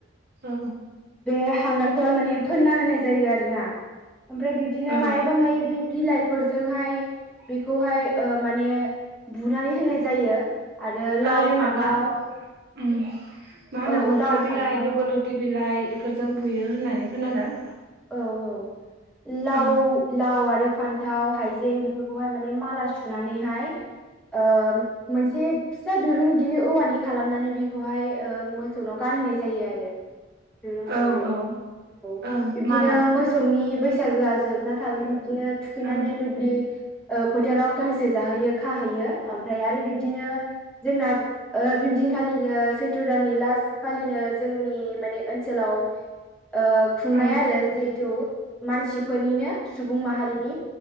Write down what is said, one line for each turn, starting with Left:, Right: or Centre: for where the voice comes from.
Right: औ
Centre: बे हांगारखौहाय माने फोनना होनाय जायो आरो ना ओमफ्राय बिब्दिनो
Right: औ
Centre: मायाबा मायोबि बिलाइफोरजोंहाय
Right: <inaudible>
Centre: बिखौहाय ओ माने बुनानै होनाय जायो आरो लाव
Right: ओइ
Centre: फान्थाव
Right: माबा ओम मा होनो
Centre: औ
Right: मोख्ना
Centre: लाव फान्थाव
Right: बिलाइ दिग' ल टि बिलाइ इफोरजों बुयो होननानै खोनादों।
Centre: औ औ लाव
Right: औ
Centre: लाव आरो फान्थाव, हाइजें बेफोरखौहाय माने माला सुनानैहाय ओ मोनसे फिसा दुरुं बिदिनो औवानि खालामनानै बेखौहाय ओ मोसौनाव गानहोनाय जायो आरो दिरूं
Right: औ
Centre: सुनानै
Right: औ
Centre: औ
Right: ओं
Centre: बिदिनो
Right: माला
Centre: मोसौनि बैसागोआ जोबना थागोन बिदिनो थुखैनानै
Right: ओं
Centre: दुब्लि ओ फोथाराव गांसे जाहोयो खाहैयो ओमफ्राय आरो बिब्दिनो जोंना ओ बिबदिनखालिनो सैथ्र' दाननि लास्ट खालिनो जोंनि मानि ओनसोलाव ओ खुंनाय
Right: औ
Centre: आरो जि तु मानसिफोरनिनो सुबुं माहारिनि